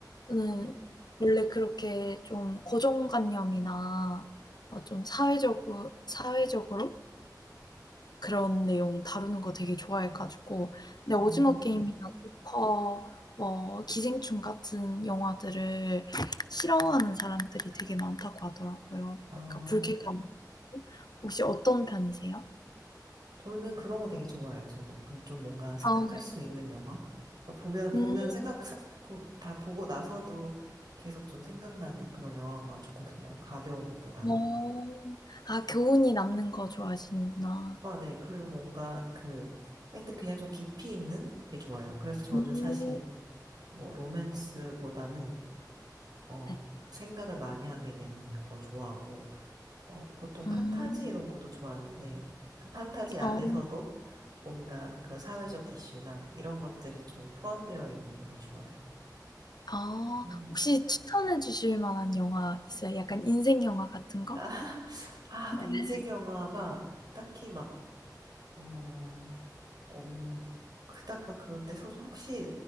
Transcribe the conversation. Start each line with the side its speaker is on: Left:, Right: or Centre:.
Left: 저는
Right: 그,
Left: 원래 그렇게 좀 고정관념이나 뭐 좀 사회적으 사회적으로 그런 내용 다루는 거 되게 좋아해 가지고 근데
Right: 어,
Left: 오징어 게임이나 조커 뭐 기생충 같은 영화들을 싫어하는 사람들이 되게 많다고 하더라고요.
Right: 아,
Left: 그러니까 불쾌감을 느끼고. 혹시 어떤 편이세요?
Right: 저는 그런 거 되게 좋아해요, 저도. 그냥 좀 뭔가 생각할
Left: 아
Right: 수 있는 영화? 그러니까 보면, 보면
Left: 음
Right: 생각, 사- 보- 다 보고 나서도 계속 좀 생각나는 그런 영화가 좋거든요. 가벼운 것보다.
Left: 어. 아 교훈이 남는 거 좋아하시는구나.
Right: 아, 네. 그리고 뭔가 그, 하여튼 그냥 좀 깊이 있는 게 좋아요. 그래서 저는
Left: 음.
Right: 사실 뭐 로맨스보다는, 어,
Left: 네.
Right: 생각을 많이 하게 되는 걸 좋아하고, 어, 보통 판타지
Left: 음.
Right: 이런 것도 좋아하는데, 그 판타지 안에서도
Left: 어.
Right: 뭔가 그런 사회적 이슈나 이런 것들이 좀 포함되어 있는 걸 좋아해요.
Left: 아
Right: 음.
Left: 혹시 추천해 주실 만한 영화 있어요? 약간 인생 영화 같은 거?
Right: 아, <laughs> 아,
Left: 네.
Right: 내 인생 영화가 딱히 막, 어, 없는, 그닥 막 그런데, 소, 혹시